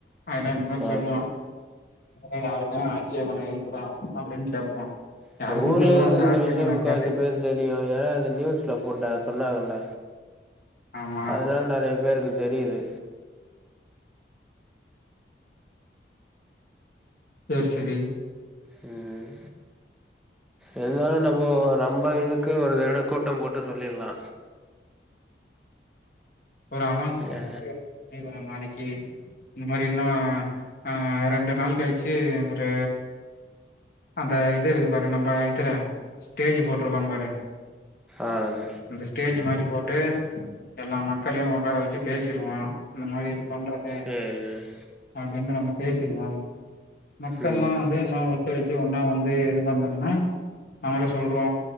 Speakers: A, on the left (about 55°); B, in the centre.
A: அதுல இந்த மாரி
B: ஆ
A: சொல்லுவா ஏ யாருக்குணா ஆக்சேபன இருக்குதா அப்டின்னு கேப்போ
B: இந்த
A: யாருக்கு
B: ஊரில்
A: பொதுவா
B: இது இந்த
A: ஆட்சேபண
B: விஷயோ முக்காசி
A: இருக்காது
B: பேர் தெரியு ஏனா அது நியூஸ்ல போட்டா சொன்னாங்கல
A: ஆமா
B: அதனால நெறைய பேருக்கு தெரியுது
A: சேர் செரி
B: ம் இருந்தாலு நம்மோ நம்ம இதுக்கு ஒரு தட கூட்டோ போட்டு சொல்லிட்லா
A: ஒரு அனா <inaudible> மாரி
B: ஆ
A: பண்ணிருவாங்க நாளைக்கு இந்த மாரி இன்னு அ ரெண்டு நாள் கழிச்சு ஒரு அந்த இது இருக்கு பாரு நம்ப இதுல ஸ்டேஜ் போட்ருக்கு பாரு
B: ஆம்
A: இந்த ஸ்டேஜ் மாரி போட்டு எல்லா மக் களையு உக்கார வச்சு பேசிருவோ இந்த மாரி இது பண்றது
B: சேரி
A: அப்டின்டு நம்ம பேசிருக்கோ மக்கள்ல்லா
B: ம்
A: வந்து எல்லா ஒத்துலச்சு ஒன்னா வந்து இது பண்ணதுன்னா அவங்கள்ட்ட சொல்றோ